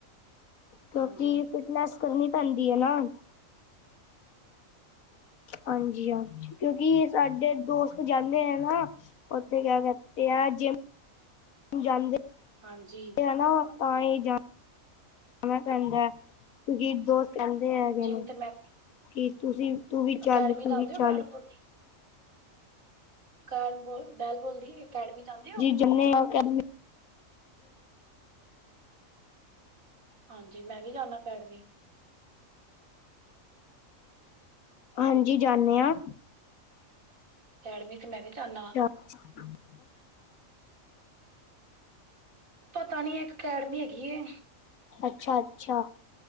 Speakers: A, on the left; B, on the right.
A: ਕਿਉਂਕਿ
B: ਹਾਂਜੀ,
A: ਫਿਟਨੈਸ ਕਰਨੀ ਪੈਂਦੀ ਐ ਨਾ ਹੁਨ। ਹਾਂਜੀ, ਹਾਂ ਕਿਉਂਕਿ ਸਾਡੇ ਦੋਸਤ ਜਾਂਦੇ ਹ ਨਾ। ਉੱਥੇ ਕਿਆ ਕਰਦੇ ਆ ਜਿਵੇ ਜਾਂਦੇ
B: ਹਾਂਜੀ।
A: ਚਲੋ ਓਵੀ ਜਾਨਾ ਇ ਪੈਂਦਾ ਕਿਉਂਕਿ ਦੋਸਤ ਕਹਿੰਦੇ ਹੈਗੇ
B: ਜਿੰਮ
A: ਨੇ
B: ਤੇ ਮੈਂ
A: ਕੀ ਤੁਸੀ ਤੂੰ ਵੀ ਚੱਲ,
B: ਅਕੈਡਮੀ
A: ਤੂੰ
B: ਜਾਂਦੇ
A: ਵੀ
B: ਹੋ
A: ਚੱਲ
B: ਬੈਟਬੋਲ ਕਰਨ ਬੋਲ ਬੈਲ ਬੋਲ ਦੀ ਅਕੈਡਮੀ ਜਾਂਦੇ ਓ।
A: ਕਿੰਨੀ ਅਕੈਡਮੀ ਜਾ
B: ਹਾਂਜੀ ਮੈਂ ਵੀ ਜਾਨਾ ਅਕੈਡਮੀ
A: ਹਾਂਜੀ, ਜਾਂਨੇ ਹਾਂ।
B: ਅਕੈਡਮੀ ਤੇ ਮੈਂ ਵੀ ਜਾਨਾ ਵਾਂ।
A: <unintelligible>
B: ਪਤਾ ਨੀ ਇੱਕ ਅਕੈਡਮੀ ਹੈਗੀ ਏ।
A: ਅੱਛਾ, ਅੱਛਾ